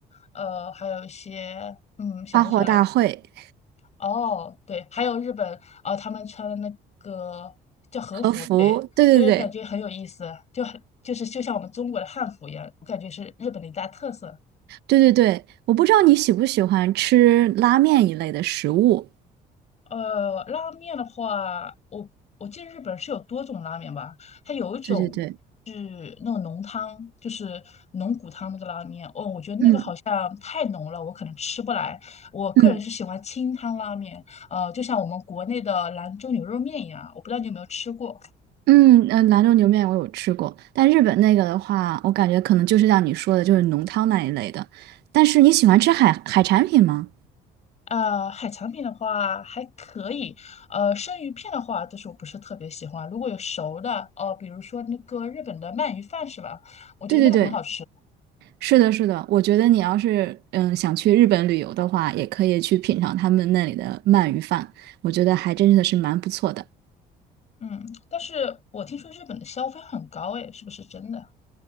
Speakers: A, on the left; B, on the right.
A: 呃，还有一些，嗯，想不起来，
B: 花火大会、
A: 哦，对，还有日本，啊，他们穿的那个叫和服，
B: 和服，
A: 对，
B: 对对对
A: 对，感觉很有意思，就很就是就像我们中国的汉服一样，我感觉是日本的一大特色。
B: 对对对。我不知道你喜不喜欢吃拉面一类的食物。
A: 呃，拉面的话，我我记得日本是有多种拉面吧，它有一种
B: 对对对，
A: 是那种浓汤，就是浓骨汤那个拉面，哦，我觉得那个好像太浓了，
B: 嗯
A: 我可能吃不来。我个人是喜欢清汤拉面，
B: 嗯。
A: 呃，就像我们国内的兰州牛肉面一样，我不知道你有没有吃过。
B: 嗯，呃，兰州牛面我有吃过，但日本那个的话，我感觉可能就是像你说的，就是浓汤那一类的。但是你喜欢吃海海产品吗？
A: 呃，海产品的话还可以，呃，生鱼片的话，就是我不是特别喜欢。如果有熟的，哦，比如说那个日本的鳗鱼饭是吧？我觉得那个很好吃。
B: 对对对，是的，是的。我觉得你要是嗯想去日本旅游的话，也可以去品尝他们那里的鳗鱼饭，我觉得还真的是蛮不错的。
A: 嗯，但是我听说日本的消费很高，诶，是不是真的？